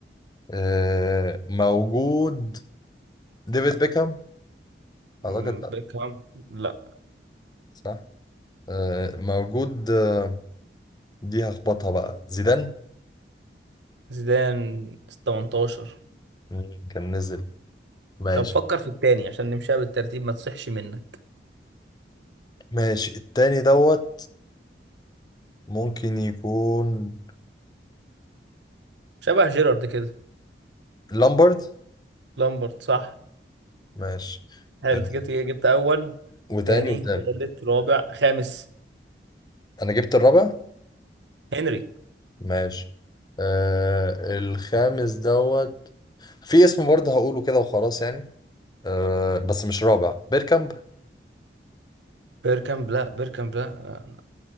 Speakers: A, on the left; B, on the right.
A: آه موجود ديفيد بيكهام
B: مم،
A: اعتقد لا
B: بيكهام لا
A: صح آه موجود آه، دي هخبطها بقى زيدان
B: زيدان 18
A: مم. كان نزل ماشي
B: طب فكر في التاني عشان نمشيها بالترتيب ما تصحش منك
A: ماشي التاني دوت ممكن يكون
B: شبه جيرارد كده
A: لامبرد
B: لامبرد صح
A: ماشي
B: حلو
A: آه،
B: أنت جبت جبت اول
A: وتاني
B: تاني
A: وتالت
B: تالت رابع خامس
A: انا جبت الرابع
B: هنري
A: ماشي آه الخامس دوت في اسم برضه هقوله كده وخلاص يعني آه بس مش رابع بيركامب
B: بيركامب لا بيركامب لا لا